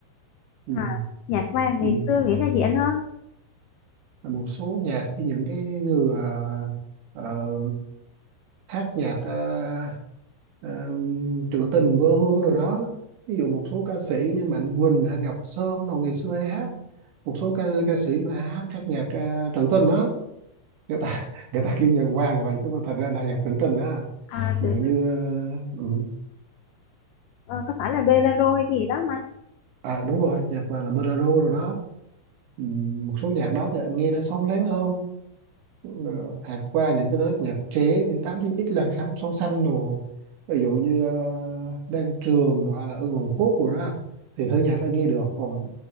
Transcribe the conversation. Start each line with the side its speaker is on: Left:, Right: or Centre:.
Right: ừ.
Left: À, nhạc vàng
Right: Ừ.
Left: ngày xưa nghĩa là gì anh ha?
Right: một số nhạc cái những cái người ờ, ờ, hát nhạc ờ, ờ, trữ tình vô hương rồi đó ví dụ một số ca sĩ như Mạnh Quỳnh hay Ngọc Sơn đồ ngày xưa hay hát một số ca ca sĩ mà hát hát nhạc ờ, trữ tình đó người ta <laughs> người ta kêu nhạc vàng vậy chứ mà thật ra là nhạc trữ tình đó
Left: À,
Right: ví
Left: từ,
Right: dụ như ờ, ừ.
Left: ờ, có phải là bolero hay gì đó mà anh?
Right: à đúng rồi nhạc vàng là bolero rồi đó ừ. một số nhạc đó thì anh nghe nó sâu lắng hơn ờ, hạt qua những cái thứ nhật chế những 89X là song song xanh đồ ví dụ như ờ, Đan Trường rồi hay là Ưng Hồn Phúc rồi đó thì hơi nhạc đã nghe được còn